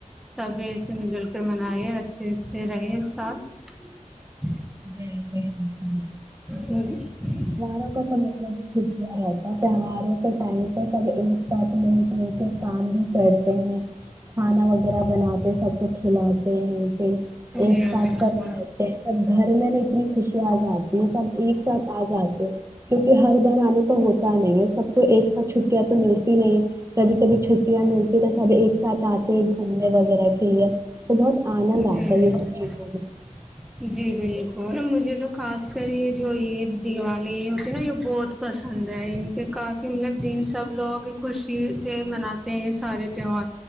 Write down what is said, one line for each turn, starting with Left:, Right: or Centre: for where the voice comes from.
Centre: سب ایسے مل جل کر <unintelligible> من اور اچھے سے رہے ساتھ <unintelligible>
Right: بالکل <inaudible>
Centre: ہوں <inaudible>
Right: تو مطلب ہیھکیا رہتا ہے تہواروں کے ٹائم پر سب ایک ساتھ مل جل کے کام بھی کرتے ہیں کھانا وغیرہ بناتے سب کچھ <unintelligible> کھلاتے ہیں پھر ایک
Centre: جی
Right: ساتھ
Centre: بالکل
Right: سب رہتے ہیں سب <unintelligible> گھر میں ن اتنی خوشی آ جاتی <unintelligible> یہ سب ایک ساتھ آ جاتے <unintelligible> ہر بار آنے کا ہوتا <unintelligible> نہیں ہے سب کو ایک ساتھ چھٹیاں تو ملتی نہیں ہے کبھی کبھی چھٹیاں ملتی تو سب ایک ساتھ آتے ہیں گھومنے وغیرہ <unintelligible> ہے وہ بہت <unintelligible>
Centre: جی
Right: آتا ہے یہ سب چیزوں میں
Centre: جی بال <unintelligible> اور مجھے تو خاص کر یہ جو عید دیوالی ہوتی ہے نا یہ بہت پسند ہے ان کے کافی مطلب دن سب لوگ خوشی سے مناتے ہیں یہ سارے تیوار